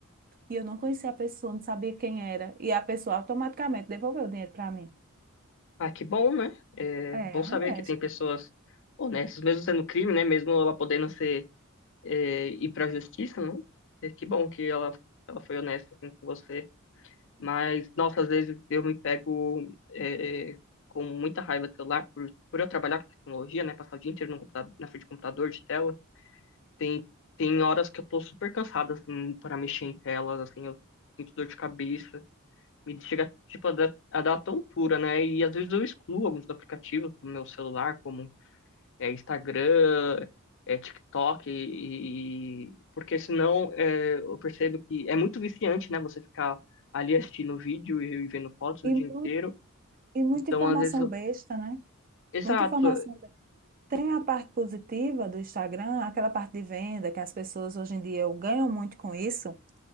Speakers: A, on the right (about 40°); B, on the left (about 60°).
A: E eu não conhecia a pessoa, não sabia quem era. E a pessoa automaticamente devolveu o dinheiro para mim.
B: Ah, que bom, né? É bom
A: É,
B: saber
A: honesto.
B: que tem pessoas honestas, mesmo sendo crime, né? Mesmo ela podendo ser, é, ir pra justiça, né? É, Que bom que ela, ela foi honesta assim, com você. Mas, nossa, às vezes eu me pego é, com muita raiva do celular por, por eu trabalhar com tecnologia, né? Passar o dia inteiro no computa- na frente do computador, de tela. Tem, tem horas que eu tô super cansada, assim, para mexer em telas, assim, eu sinto dor de cabeça. Me chega, tipo, a dar, a dar tontura, né? E às vezes eu excluo alguns aplicativos do meu celular, como é Instagram, é TikTok, e, e- porque senão é, eu percebo que é muito viciante, né? Você ficar ali assistindo vídeo e, e vendo fotos
A: E,
B: o dia
A: mu-
B: inteiro.
A: e muita
B: Então,
A: informação
B: às vezes, eu-
A: besta, né?
B: exato,
A: Muita informação. Tem a parte positiva do Instagram, aquela parte de venda que as pessoas hoje em dia ganham muito com isso.